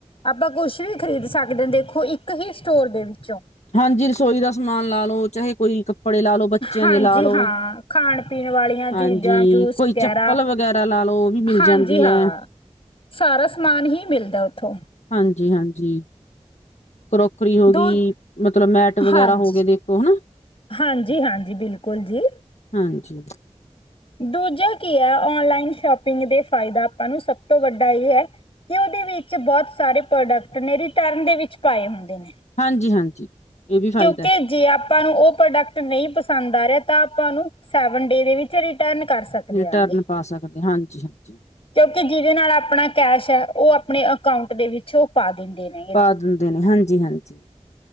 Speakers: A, on the left; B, on the left.
A: ਆਪਾਂ ਕੁਛ ਵੀ ਖਰੀਦ ਸਕਦੇ ਦੇਖੋ ਇੱਕ ਹੀ ਸਟੋਰ ਦੇ ਵਿੱਚੋਂ
B: ਹਾਂਜੀ ਰਸੋਈ ਦਾ ਸਮਾਨ ਲਾ ਲੋ ਚਾਹੇ ਕੋਈ ਕੱਪੜੇ ਲਾ ਲੋ, ਬੱਚਿਆਂ
A: ਹਾਂਜੀ
B: ਦੇ ਲਾ ਲੋ,
A: ਹਾਂ ਖਾਣ ਪੀਣ ਵਾਲੀਆਂ ਚੀਜ਼ਾਂ
B: ਹਾਂਜੀ
A: ਜੂਸ
B: ਕੋਈ
A: ਵਗੈਰਾ
B: ਚੱਪਲ ਵ ਗੈਰਾ ਲਾ ਲੋ ਉਹ ਵੀ ਮਿਲ
A: ਹਾਂਜੀ
B: ਜਾਂਦੀਏ
A: ਹਾਂ ਸਾਰਾ ਸਮਾਨ ਹੀ ਮਿਲਦਾ ਉੱਥੋਂ
B: ਹਾਂਜੀ, ਹਾਂਜੀ ਕਰੋਕਰੀ ਹੋ
A: ਦੋ
B: ਗੀ ਮਤਲਬ ਮੈਟ ਵਗੈਰਾ
A: ਹਾਂਜੀ
B: ਹੋਗੇ ਦੇਖੋ ਹਨਾ
A: ਹਾਂਜੀ, ਹਾਂਜੀ ਬਿਲਕੁਲ ਜੀ।
B: ਹਾਂਜੀ।
A: ਦੂਜਾ ਕੀ ਹੈ ਔਨਲਾਈਨ ਸ਼ੋਪਿੰਗ ਦੇ ਫਾਇਦਾ ਆਪਾਂ ਨੂੰ ਸਭ ਤੋਂ ਵੱਡਾ ਇਹ ਹੈ। ਕਿ ਉਹਦੇ ਵਿੱਚ ਬਹੁਤ ਸਾਰੇ ਪ੍ਰੋਡਕਟ ਨੇ ਰਿਟਰਨ ਦੇ ਵਿੱਚ ਪਾਏ ਹੁੰਦੇ ਨੇ।
B: ਹਾਂਜੀ-ਹਾਂਜੀ, ਇਹ ਵੀ ਫਾਇਦਾ।
A: ਕਿਉਂਕਿ ਜੇ ਆਪਾਂ ਨੂੰ ਉਹ ਪ੍ਰੋਡਕਟ ਨਹੀਂ ਪਸੰਦ ਆ ਰਿਹਾ ਤਾਂ ਆਪਾਂ ਉਹਨੂੰ ਸੈਵਨ ਡੇ ਦੇ ਵਿੱਚ ਰਿਟਰਨ ਕਰ ਸਕਦੇ। ਸਕਦੇ
B: ਰਿਟਰਨ
A: ਆਗੇ,
B: ਪਾ ਸਕਦੇ ਹਾਂਜੀ ਹਾਂਜੀ
A: ਕਿਉਂਕਿ ਜਿਹਦੇ ਨਾਲ ਆਪਣਾ ਕੈਸ਼ ਹੈ ਉਹ ਆਪਣੇ। ਅਕਾਊਂਟ ਦੇ ਵਿੱਚੋਂ ਪਾ ਦਿੰਦੇ ਨੇ।
B: ਪਾ ਦਿੰਦੇ ਨੇ ਹਾਂਜੀ-ਹਾਂਜੀ।